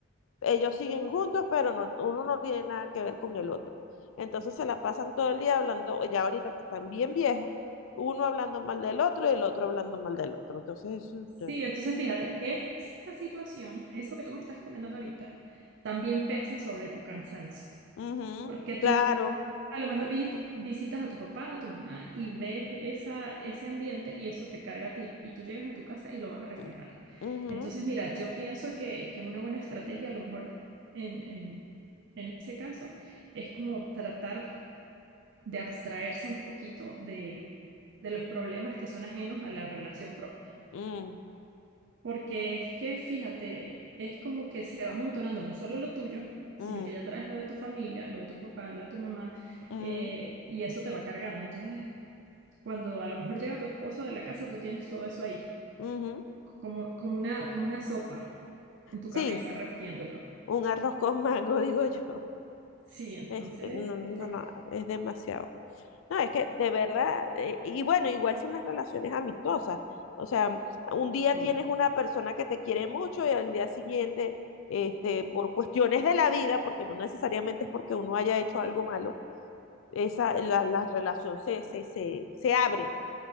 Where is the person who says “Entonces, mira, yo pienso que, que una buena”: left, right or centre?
Right